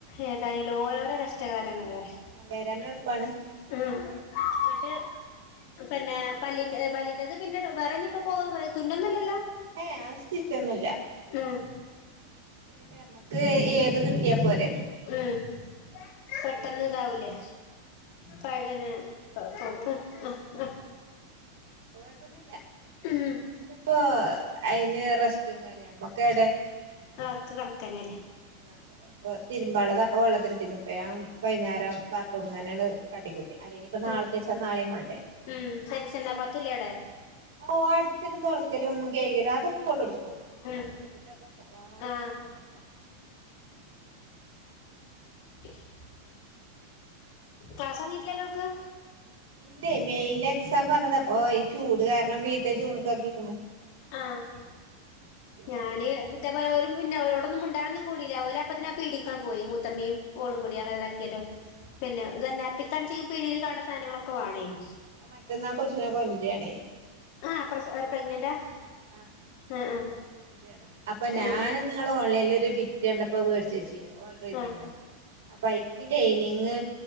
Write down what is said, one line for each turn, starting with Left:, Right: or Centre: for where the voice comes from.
Left: ഏതായാലും ഓരോരോ കഷ്ടകാലങ്ങൾ വറെ
Right: വരാനെ ളുപ്പാണ്
Left: ആഹ് എന്നിട്ട് പന്നെ പല്ലിന്റെ പല്ലിന്റേത് പിന്നെ വെറെ ഞ്ഞ് ഇപ്പ പോകൊന്ന് പറയാ തുന്നൊന്നും ഇല്ലല്ലോ
Right: ഏയ് ആഹ് സ്റ്റിച്ചൊന്നുല്ല്യ
Left: ഉം
Right: ഇല്ലപ്പ നമ്മക്ക് ഏത് കിട്ടിയാ പോരെ
Left: ഉം പെട്ടെന്ന് ഇതാവൂലേ
Right: അതാണ്
Left: പഴേ <unintelligible>
Right: കോയപ്പൊന്നുംല്ല
Left: ഉം
Right: ഇപ്പപ്പോ അയിന് റെസ്റ്റും കാര്യം നമ്മക്കെ ഏടെ
Left: ആക്ക് കണക്കന്നെ അല്ലേ
Right: കൊഴപ്പല്ല്യ തിരുമ്പാളളത് അപ്പൊ വെള്ളത്തിലിട്ടീന്ന് ഇപ്പ ഞാം വൈന്നേരം ബാത്റൂമിൽ തന്നെ യാണ്ട് കാട്ടിക്കൂട്ടി അല്ലെ ഇനിയിപ്പ നാളെ
Left: ഉം
Right: ച്ചാ നാളെയും വാണ്ടേ
Left: ഉം സരിസെന്നാ പാത്തൊല്ലേ അടെ
Right: ഓ ആട്ച്ചലും തൊടക്കലും കൈകലും അതൊക്കെ ഓള് എട്ക്കും ഇനിപ്പ
Left: ഉം
Right: എത്രേച്ച്ട്ടാ പ്പൊ ഒക്കെ പ്പാടെ
Left: ആഹ്
Right: ണ്ട് തകാ
Left: ഇഷ് ക്ലാസ്സ് തൊടങ്ങീട്ടില്ലല്ലോൾക്ക്
Right: ഇല്ലേ മെയ്ല് എക്സാം പറഞ്ഞത് അപ്പൊ ഈ ചൂട് കാരണം മെയ്ത്തെ ജൂണ്ക്കാക്കീക്കുണു
Left: ആഹ്
Right: ജൂണിലേക്കാരം
Left: ഞാന് അത് ഇതേപോലെ ഓര് മുന്നെ ഓരോടൊന്നും മുണ്ടാനൊന്നും കൂടീല്ല ഓല് അപ്പതന്നെ ആ പീടിക്കാണ്ട് പോയി മൂ ത്തമ്മയും ഓളും
Right: ആഹ്
Left: കൂടിയ് അങ്ങനെതാക്കിയാണ്ട് പിന്നെതന്നെ
Right: ആഹ്
Left: പികാഞ്ചി പീടീയിൽ കാണ് ണ സാധനങ്ങളൊ ക്കെ വാണേം
Right: മറ്റന്നാ കൊച്ച്നെ കൊണ്ടരാണേ
Left: ആ പ്രസ് ഒര് പ്രഗ്നന്റാ
Right: ആഹ് ആഹ്
Left: ആഹ്
Right: മറ്റന്ന കൊണ്ടൊരാ അപ്പൊ ഞാനൊന്ന്
Left: ആഹ്
Right: ന്നാള് ഓൺലൈനിൽ ഒരു ബിറ്റ് കണ്ടപ്പോ മേടിച്ച് വെച്ചീന്നു ഓർഡർ ചെയ്തീന്നു
Left: ആഹ്
Right: അപ്പൊ അയ് ഈ ലൈനിങ്